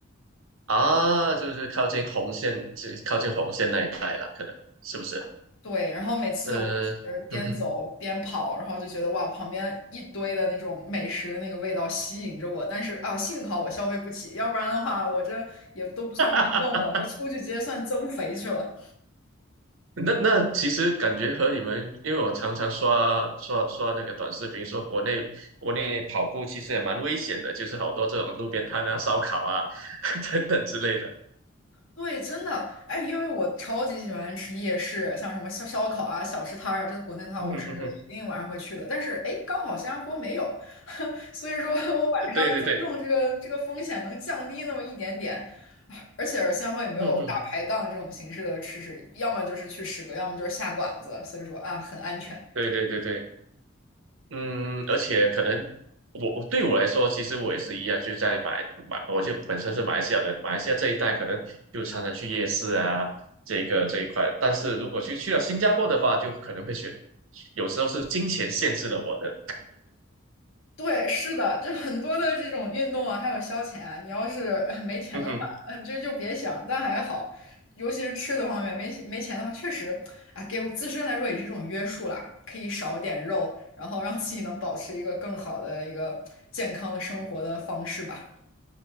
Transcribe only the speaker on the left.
对，然后每次我就是边走边跑，
然后就觉得哇，旁边一堆的那种美食的那个味道吸引着我，但是啊，幸好我消费不起，要不然的话，我这也都不算运动了，
就出去直接算增肥去了。
对，真的，哎，因为我超级喜欢吃夜市，像什么烧烧烤啊、小吃摊儿啊，这国内的话我是一定晚上会去的。
但是，哎，刚好新加坡没有，<laughs> 所以说我晚上增重这个这个风险能降低那么一点点。
而且新加坡也没有大排档这种形式的吃食，
要么就是去食阁，要么就是下馆子，所以说啊，很安全。
对，是的，就很多的这种运动啊，还有消遣啊，你要是 <laughs> 没钱的话，
嗯，就就别想。但还好，尤其是吃的方面，没钱没钱的话，确实啊，给我自身来说也是一种约束啦，可以少点肉，然后让自己能保持一个更好的一个健康的生活的方式吧。